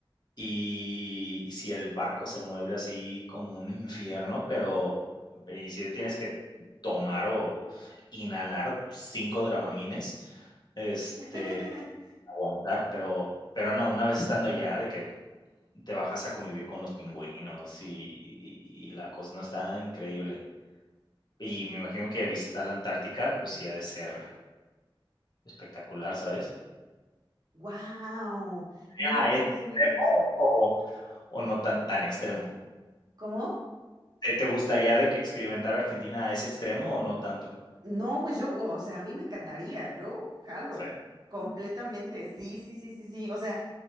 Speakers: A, on the left; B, on the right.
A: Y si el barco se mueve así como un infierno, pero y si tienes que tomar o inhalar 5 Dramamines, este,
B: <laughs>
A: aguantar, pero pero no, una vez estando allá de que te bajas a convivir con los pingüinos y y y la cosa no, está increíble. Y me imagino que visitar la Antártica, pues sí ha de ser espectacular, ¿sabes?
B: Wow.
A: ¿Sería
B: No, pues
A: extremo
B: no sabía todos.
A: o no tan, tan extremo?
B: ¿Cómo?
A: ¿Te, te gustaría de que experimentara Argentina a ese extremo o no tanto?
B: No, pues yo, o sea, a mí me encantaría, yo jalo
A: Sí.
B: completamente. Sí, sí, sí, sí, sí. O sea,